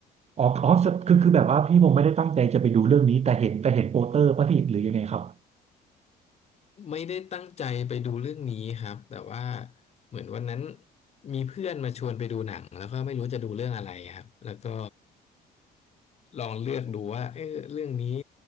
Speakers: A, on the right (about 40°); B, on the left (about 40°).
A: อ๋ออ๋อคือคือแบบว่าพี่ผมไม่ได้ตั้งใจจะไปดูเรื่องนี้แต่เห็นแต่เห็นโปสเตอร์ป่ะพี่หรือยังไงครับ
B: ไม่ได้ตั้งใจไปดูเรื่องนี้ครับแต่ว่าเหมือนวันนั้นมีเพื่อนมาชวนไปดูหนังแล้วก็ไม่รู้จะดูเรื่องอะไรครับแล้วก็ลองเลือกดูว่าเออเรื่องนี้